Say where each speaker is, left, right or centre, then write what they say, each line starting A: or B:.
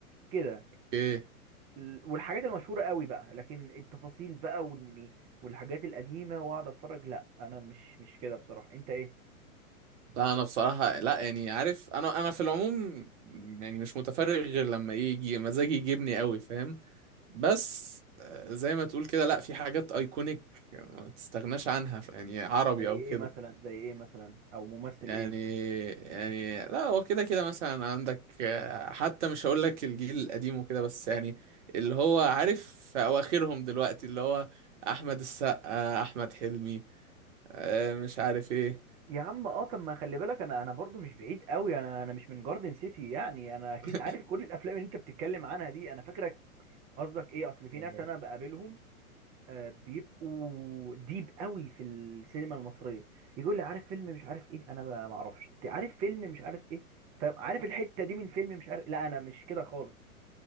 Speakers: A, on the right; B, on the right.
A: كده
B: ايه
A: ال- والحاجات المشهورة قوي بقى لكن التفاصيل بقى وال... والحاجات القديمة واقعد اتفرج لا انا مش مش كده بصراحة انت ايه
B: لا انا بصراحه لا يعني عارف انا انا في العموم يعني مش متفرغ غير لما يجي مزاجي يجيبني قوي فاهم بس آه، زي ما تقول كده لا في حاجات ايكونيك ما تستغناش عنها ف- يعني عربي
A: زي ايه
B: او كده
A: مثلا زي ايه مثلا او ممثل
B: يعني
A: ايه
B: يعني لا هو كده كده مثلا عندك آه، حتى مش هقول لك الجيل القديم وكده بس يعني اللي هو عارف في اواخرهم دلوقتي اللي هو احمد السقا احمد حلمي آه، مش عارف ايه
A: يا عم اه طب ما خلي بالك انا انا برضو مش بعيد قوي انا انا مش من جاردن سيتي يعني انا اكيد
B: <laughs>
A: عارف كل الافلام اللي انت بتتكلم عنها دي انا فاكرك قصدك ايه اصل في
B: آه.
A: ناس انا بقابلهم آه، بيبقوا ديب قوي في السينما المصريه يقول لي عارف فيلم مش عارف ايه انا ما ما اعرفش انت عارف فيلم مش عارف ايه فعارف الحته دي من فيلم مش عارف لا انا مش كده خالص